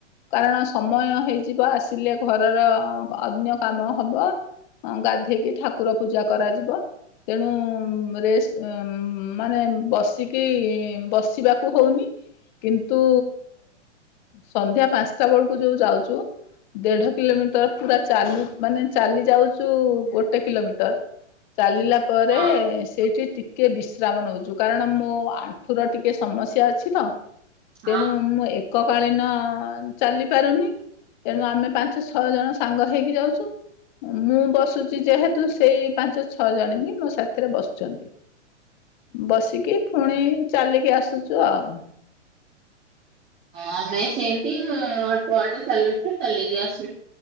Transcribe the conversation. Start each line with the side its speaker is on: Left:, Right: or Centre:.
Left: କାରଣ ସମୟ ହେଇଯିବ ଆସିଲେ ଘରର ଅନ୍ୟ କାମ ହବ। ଗାଧେଇକି ଠାକୁର ପୂଜା କରାଯିବ। ତେଣୁ ରେଷ୍ଟ ମାନେ ବସିକି ବସିବାକୁ ହଉନି। କିନ୍ତୁ ସନ୍ଧ୍ୟା ପାଞ୍ଚଟା ବେଳକୁ ଯୋଉ ଯାଉଚୁ। ଦେଢ କିଲୋମିଟର ପୁରା ଚାଲୁ ମାନେ ଚାଲି ଯାଉଚୁ ଗୋଟେ କିଲୋମିଟର। ଟର ଚାଲିଲା ପରେ
Right: ହଁ
Left: ସେଇଠି ଟି କିଏ ବିଶ୍ରାମ ନଉଛୁ କାରଣ ମୋ ଆଣ୍ଠୁ ର ଟିକେ ସମସ୍ୟା ଅଛି ତ। ତେଣୁ
Right: ହଁ।
Left: ମୁଁ ଏକକାଳୀନ ଚାଲି ପାରୁନି। ତେଣୁ ଆମେ ପାଞ୍ଚ ଛଅ ଜଣ ସାଙ୍ଗ ହେଇକି ଯାଉଛୁ ମୁଁ ବସୁଚି ଯେହେତୁ ସେ ସେଇ ପାଞ୍ଚ ଛଅ ଜଣ ବି ମୋ ସାଥିରେ ବସୁଚନ୍ତି। ବସିକି ଫୁଣି ଚାଲିକି ଆସୁଚୁ ଆଉ।
Right: ଆମେ ସେମିତି ଅଳ୍ପ ବାଟ ଚାଲୁଚୁ ଚାଲିକି ଆସୁ।